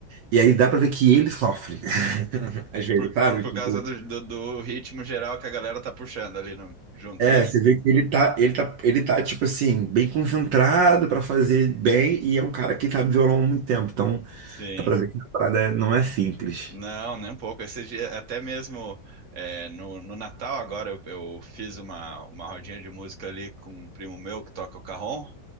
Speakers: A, on the right (about 70°); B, on the right (about 40°).
A: e aí dá pra ver que ele sofre, <laughs> às vezes,
B: Por,
A: sabe?
B: por, por
A: Tipo,
B: causa do, do, do ritmo geral que a galera tá puxando ali no, junto,
A: é,
B: é isso?
A: você vê que ele tá, ele tá, ele tá, tipo assim, bem concentrado pra fazer bem, e é um cara que sabe violão há muito tempo, então
B: Sim.
A: dá pra ver que a parada não é simples.
B: Não, nem um pouco. Esse dia, até mesmo é, no, no Natal agora eu, eu fiz uma, uma rodinha de música ali com um primo meu que toca o cajón